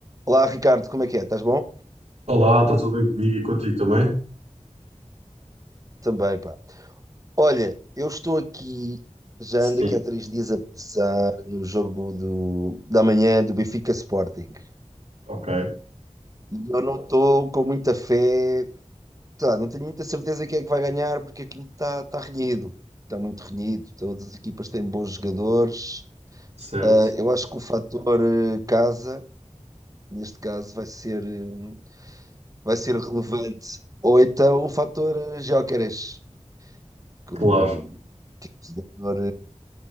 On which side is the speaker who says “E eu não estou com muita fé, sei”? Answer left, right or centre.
Right